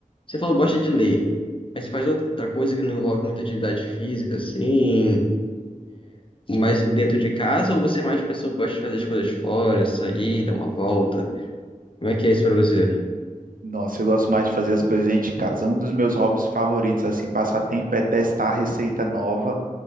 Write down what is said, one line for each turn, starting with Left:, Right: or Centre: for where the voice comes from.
Left: Você falou que gosta de ler. Mas você faz outra coisa que não envolve muita atividade física, assim, mais dentro de casa, ou você é mais pessoa que gosta de fazer as coisas fora, sair, dar uma volta? Como é que é isso pra você?
Right: Nossa, eu gosto mais de fazer as coisas dentro de casa. Um dos meus hobbies favoritos, assim, passar tempo é testar receita nova